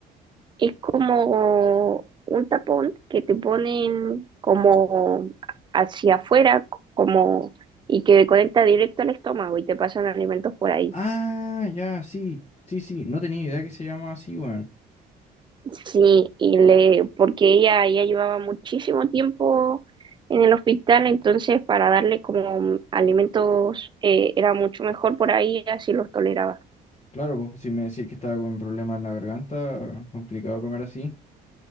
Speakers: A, on the right; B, on the left.
A: Es como un tapón que te ponen como hacia afuera, como y que conecta directo al estómago y te pasan alimentos por ahí.
B: Ah, ya, sí, sí, sí. No tenía idea que se llama así, weón.
A: Sí, y le, porque ella ya llevaba muchísimo tiempo en el hospital, entonces para darle como alimentos eh, era mucho mejor por ahí, así los toleraba.
B: Claro, pues pues, si me decís que estaba con problemas en la garganta, complicado comer así.